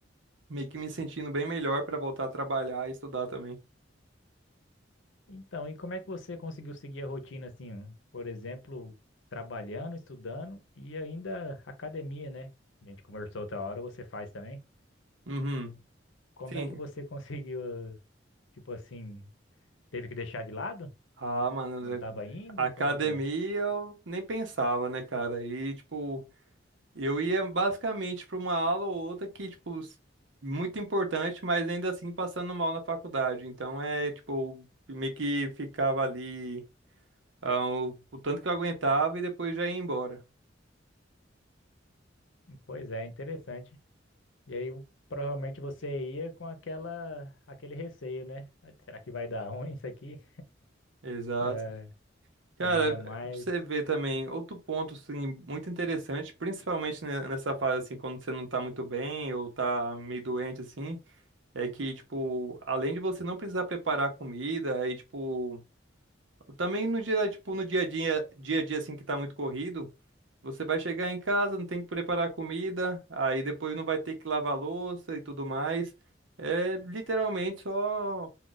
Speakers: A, on the right (about 75°); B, on the left (about 80°).
A: meio que me sentindo bem melhor pra voltar a trabalhar e estudar também.
B: Então, e como é que você conseguiu seguir a rotina assim, um, por exemplo, trabalhando, estudando e ainda academia, né? A gente conversou outra hora, você faz também.
A: Uhum.
B: Como
A: Sim.
B: é que você conseguiu, tipo assim, teve que deixar de lado?
A: Ah, mano, né,
B: Não estava indo?
A: academia
B: Como é que é?
A: eu nem pensava, né, cara? E tipo, Eu ia basicamente para uma aula ou outra que, tipo, s- muito importante, mas ainda assim passando mal na faculdade. Então é, tipo, meio que ficava ali ah, o, o tanto que eu aguentava e depois já ia embora.
B: Pois é, interessante. E aí provavelmente você ia com aquela aquele receio, né? Será que vai dar <laughs> ruim isso aqui?
A: Exato.
B: É,
A: Cara,
B: Ainda
A: pra
B: mais,
A: você ver também, outro ponto, assim, muito interessante, principalmente ne- nessa fase, assim, quando você não tá muito bem ou tá meio doente, assim, é que, tipo, além de você não precisar preparar comida, aí, tipo, Também no dia, tipo, no dia a dia, dia a dia assim que tá muito corrido, você vai chegar em casa, não tem que preparar comida, aí depois não vai ter que lavar louça e tudo mais. É literalmente só